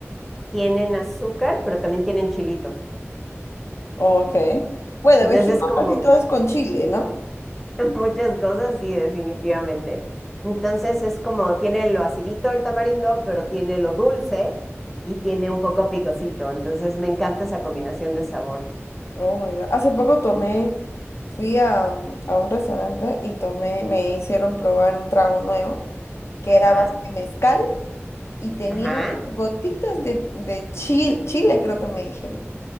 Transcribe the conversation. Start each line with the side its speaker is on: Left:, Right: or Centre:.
Centre: tienen azúcar, pero también tienen chilito.
Left: ok. Bueno,
Centre: Entonces
Left: en México
Centre: es como,
Left: casi todo es con chile, ¿no?
Centre: Muchas cosas, sí, definitivamente. Entonces es como tiene lo acidito el tamarindo, pero tiene lo dulce y tiene un poco picosito. Entonces me encanta esa combinación de sabor.
Left: Oh my God. Hace poco tomé, fui a, mm, a un restaurante y tomé, me hicieron probar un trago nuevo que
Centre: Ajá,
Left: era a base de mezcal y tenía
Centre: ajá,
Left: unas gotitas de, de chile, chile creo que me dijeron.